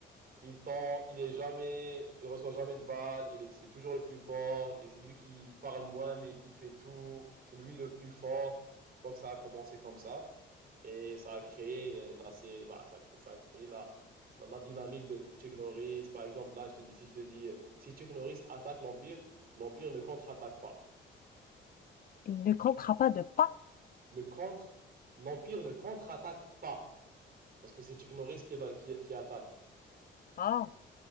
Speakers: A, on the right; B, on the left.
A: Il tend, il est jamais, il reçoit jamais de balles, il est- c'est toujours le plus fort, et c'est lui qui parle moins, mais qui fait tout, c'est lui le plus fort. Donc ça a commencé comme ça, et ça a créé, euh, la, sé- bah, ça a créé, ça a créé la, la, la dynamique de Chuck Norris. Par exemple, là, je te dis, si je te dis, euh, si Chuck Norris attaque l'Empire, l'Empire ne contre-attaque pas.
B: Il ne comptera pas de pas.
A: Ne contre, l'Empire ne contre-attaque pas, parce que c'est Chuck Norris qui, qui, qui attaque.
B: Ah,